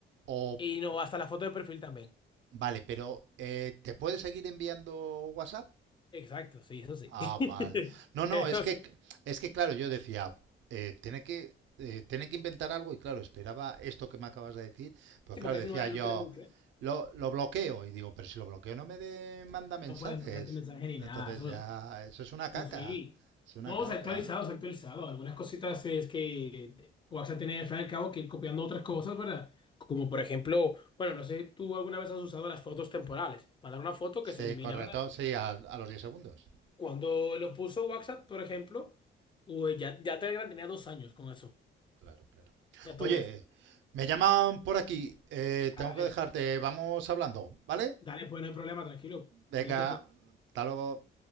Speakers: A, on the right; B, on the left.
A: o
B: Y no hasta la foto de perfil también.
A: Vale, pero eh, ¿te puede seguir enviando WhatsApp?
B: Exacto, sí, eso sí.
A: Ah,
B: <laughs>
A: vale. No,
B: Eso
A: no, es que,
B: sí.
A: es que claro, yo decía, eh, tiene que, eh, tiene que inventar algo y claro, esperaba esto que me acabas de decir, pero
B: Sí,
A: claro,
B: porque
A: decía
B: eso no, es-
A: yo,
B: no tiene mucho, ¿eh?
A: lo, lo bloqueo y digo, pero si lo bloqueo no me de- manda mensajes.
B: No pueden mandarte mensaje ni nada.
A: Entonces
B: Eso,
A: ya, eso es una caca,
B: no, sí.
A: es una
B: No,
A: caca.
B: se ha actualizado, se ha actualizado. Algunas cositas es que WhatsApp tiene al fin y al cabo que ir copiando otras cosas, ¿verdad? Como por ejemplo, bueno, no sé, tú alguna vez has usado las fotos temporales. Mandar una foto que
A: Sí,
B: se elimina,
A: correcto, sí, a, a los diez segundos.
B: Cuando lo puso WhatsApp, por ejemplo, uy, ya, ya Telegram tenía dos años con eso.
A: Claro, claro.
B: Ya tú
A: Oye,
B: ves.
A: me llaman por aquí, eh,
B: Ah,
A: tengo
B: Dale,
A: que dejarte, vamos hablando, ¿vale?
B: dale, pues no hay problema, tranquilo.
A: Venga,
B: Cuídate, pues.
A: hasta luego.